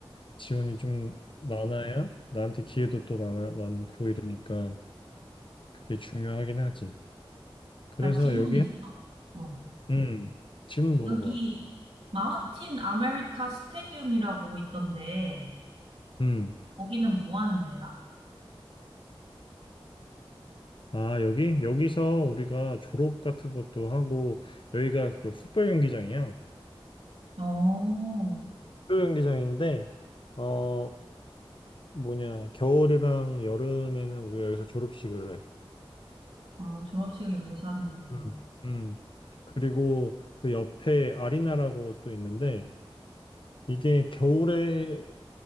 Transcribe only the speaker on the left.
지원이 좀 많아야 나한테 기회도 또 많아, 많고 이러니까 그게 중요하긴 하지. 그래서
여기,
음, 질문 물어봐.
음.
아, 여기? 여기서 우리가 졸업 같은 것도 하고, 여기가 그 풋볼 경기장이야.
축구 경기장인데 어 뭐냐 겨울이랑 여름에는 우리가 여기서 졸업식을 해.
음. 음. 그리고 그 옆에 아리나라고 또 있는데 이게 겨울에